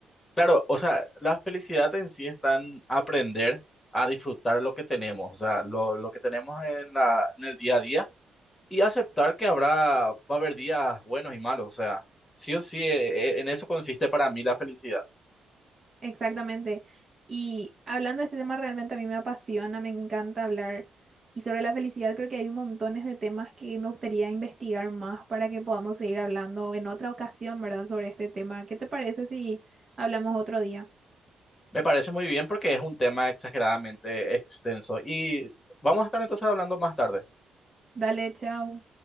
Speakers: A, on the left (about 15°); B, on the right (about 20°).
A: Claro, o sea, la felicidad en sí está en aprender a disfrutar lo que tenemos, o sea, lo, lo que tenemos en la, en el día a día y aceptar que habrá, va a haber días buenos y malos, o sea, sí o sí, eh, eh, en eso consiste para mí la felicidad.
B: Exactamente. Y hablando de este tema, realmente a mí me apasiona, me encanta hablar. Y sobre la felicidad, creo que hay montones de temas que me gustaría investigar más para que podamos seguir hablando en otra ocasión, ¿verdad? Sobre este tema. ¿Qué te parece si hablamos otro día?
A: Me parece muy bien porque es un tema exageradamente extenso y vamos a estar entonces hablando más tarde.
B: Dale, chao.